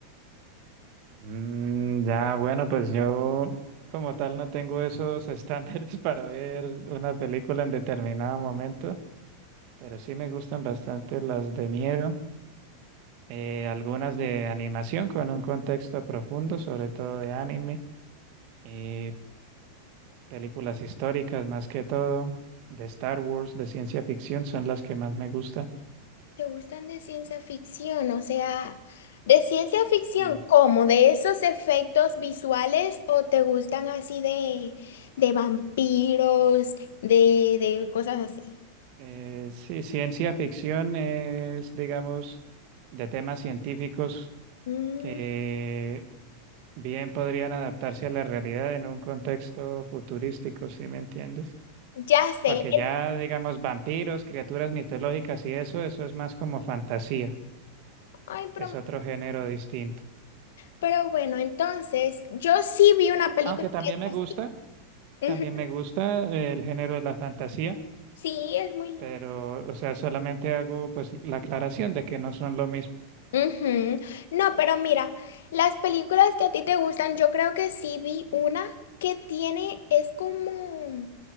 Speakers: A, on the right; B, on the left.
A: Mm, ya, bueno, pues yo como tal no tengo esos estándares <laughs> para ver una película en determinado momento, pero sí me gustan bastante las de miedo. eh, algunas de animación con un contexto profundo, sobre todo de anime, eh, películas históricas más que todo, de Star Wars, de ciencia ficción, son las que más me gusta.
B: ¿Te gustan de ciencia ficción? O sea, de ciencia ficción,
A: Sí.
B: ¿cómo? ¿De esos efectos visuales o te gustan así de, de vampiros, de, de cosas así?
A: Eh, sí, ciencia ficción es, digamos, de temas científicos
B: Mm,
A: que bien podrían adaptarse a la realidad en un contexto futurístico, ¿sí me entiendes?
B: ya sé.
A: Porque
B: en-
A: ya, digamos, vampiros, criaturas mitológicas y eso, eso es más como fantasía.
B: Ay, pero,
A: Es otro género distinto.
B: pero bueno, entonces, yo sí vi una película
A: Aunque también
B: que es
A: me gusta,
B: así.
A: también
B: Ujú.
A: me gusta eh, el género de la fantasía,
B: Sí, es muy linda.
A: pero, o sea, solamente hago pues la aclaración de que no son lo mismo.
B: Ujú. No, pero mira, las películas que a ti te gustan, yo creo que sí vi una que tiene, es como,